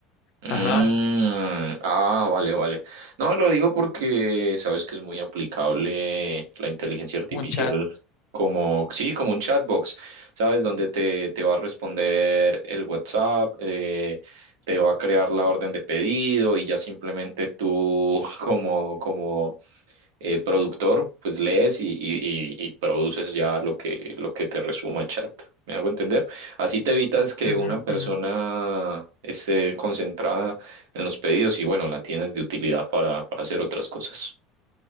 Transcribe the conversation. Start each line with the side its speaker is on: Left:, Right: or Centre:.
Right: Mm,
Left: Ajá,
Right: ah, vale, vale. No, lo digo porque sabes que es muy aplicable la inteligencia artificial
Left: un chat.
Right: como, sí, como un chatbox, ¿sabes? Donde te, te va a responder el WhatsApp, eh, te va a crear la orden de pedido y ya simplemente tú <laughs> como, como eh, productor, pues lees y, y- y- y produces ya lo que, lo que te resuma el chat. ¿Me hago entender? Así te evitas que
Left: Ujú,
Right: una persona
Left: ujú.
Right: esté concentrada en los pedidos y bueno, la tienes de utilidad para, para hacer otras cosas.